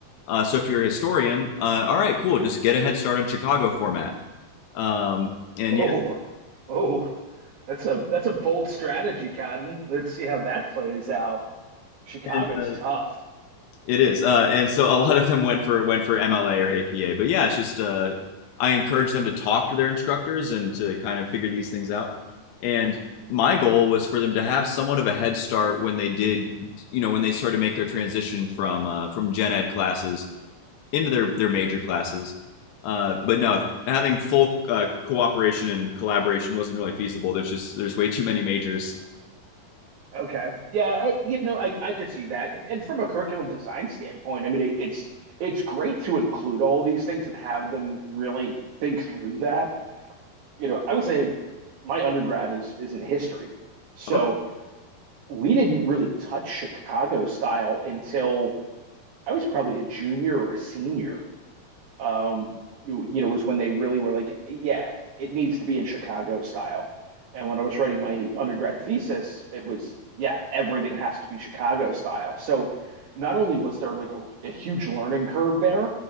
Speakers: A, on the left; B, on the right.
A: Uh, so if you're a historian, uh, all right, cool, just get a head start on Chicago format. Um, and
B: Oh,
A: yeah,
B: oh, that's a that's a bold strategy, Cotton. Let's see how that plays out. Chicago's
A: and uh,
B: tough.
A: it is. Uh, and so a <laughs> lot of them went for went for MLA or APA. But yeah, it's just uh, I encourage them to talk to their instructors and to kind of figure these things out. And my goal was for them to have somewhat of a head start when they did, you know, when they started to make their transition from uh, from gen ed classes into their their major classes. Uh, but no, having full uh, cooperation and collaboration wasn't really feasible. There's just there's way too many majors.
B: Okay. Yeah, I, you know, I, I can see that. And, and from a curriculum design standpoint, I mean, it, it's it's great to include all these things and have them really think through that. You know, I was a my undergrad is is in history. So
A: Oh.
B: we didn't really touch Chicago style until I was probably a junior or a senior um you, you know was when they really were like yeah it needs to be in Chicago style and when I was writing my undergrad thesis it was yeah everything has to be Chicago style so not only was there like a, a huge learning curve there